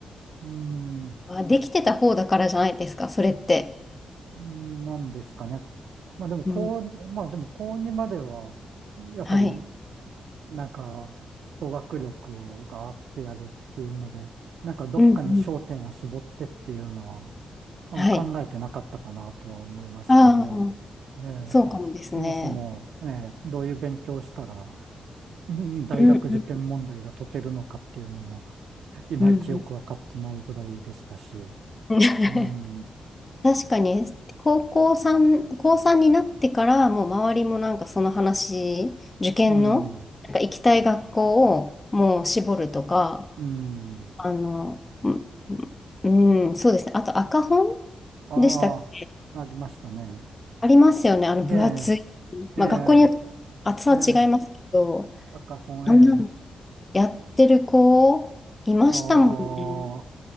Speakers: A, on the right; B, on the left.
A: うん、
B: はできてた方だからじゃないですか、それって。
A: なんですかね。まあでも、高2、
B: うん。
A: まあでも、高2までは、やっぱり
B: はい。
A: なんか、語学力をガーってやるっていうので、なんかどっかに焦点を絞ってっていうのは、
B: うん、うん。
A: あの考えてなかったかなとは思いますけど、
B: はい。ああ、
A: ええ、
B: そうかもですね。
A: そもそも、ええ、どういう勉強をしたら、<laughs> うん大学受験問題が解けるのかっていうのも、
B: うん、うん、
A: いまいちよくわかってないぐらいでしたし、
B: うん、うん <laughs>。
A: うん、
B: 確かに、高校3、高3になってから、もう周りもなんかその話、受験の、
A: うん、
B: なんか行きたい学校をもう絞るとか、
A: うん、
B: あの、うん、うん、そうですね。あと赤本
A: あ
B: でしたっ
A: あ、ありましたね。
B: ありますよね。あの、
A: ええ、
B: 分厚い。
A: ええ、
B: まあ、学校によって厚さは違いますけど、
A: ええ、赤本、
B: あんなの
A: ええ。
B: やってる子、いましたもんね。
A: ああ、